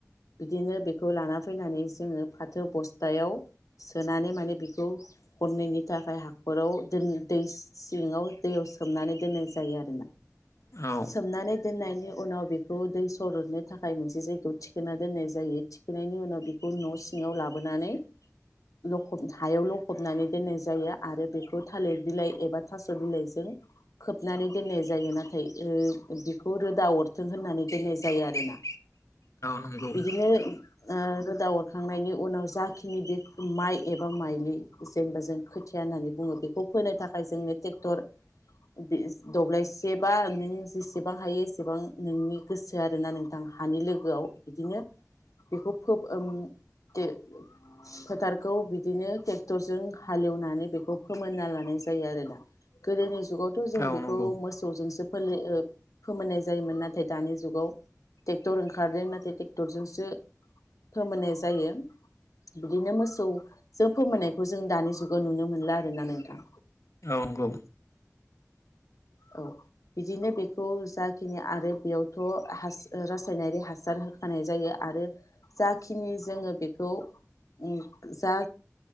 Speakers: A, on the left; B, on the left.
A: बिदिनो बेखौ लाना फैनानै जोङो फाथो बस्थायाव सोनानै माने बिखौ हरनैनि थाखाय हाखराव दोन दै सिङाव दैयाव सोमनानै दोननाय जायो आरोना
B: औ
A: सोमनानै दोननायनि उनाव बिखौ दै सरदनो थाखाय मोनसे जायगायाव थिखोना दोननाय जायो थिखोनायनि उनाव बिखौ न' सिङाव लाबोनानै लखब हायाव लखबनानै दोननाय जायो आरो बेखौ थालिर बिलाइ एबा थास' बिलाइजों खोबनानै दोननाय जायो ना थाय ओ बिखौ रोदा अरथों होननानै दोननाय जायो आरोना
B: नंगौ
A: बिदिनो ओ दा अरखांनायनि उनाव जाखिनि बे माइ एबा माइलि जेनेबा जों खोथिया होननानै बुङो बेखौ फोनो थाखाय जोंनो टेक्टर दि दब्लायसे बा नों जेसेबां हायो एसेबां नोंनि गोसो आरोना नोंथां हानि लोगोआव बिदिनो बिखौ फोब उम ते फोथारखौ बिदिनो टेक्टरजों हालेवनानै बेखौ फोमोनना लानाय जायो आरोना गोदोनि जुगावथ' जों बिखौ
B: औ नंगौ
A: मोस सौजोसो ओ फोमोननाय जायोमोन नाथाय दानि जुगाव टेक्टर ओंखारदों नाथाय टेक्टरजोंसो फोमोननाय जायो बिदिनो मोसौजों फोमोननायखौ जों दानि जुगाव नुनो मोनला आरोना नोंथां।
B: औ नंगौ
A: औ बिदिनो बेखौ जाखिनि आरो बेयावथ' हास ओ रासायनारि हासार होखानाय जायो आरो जाखिनि जोङो बेखौ उम जा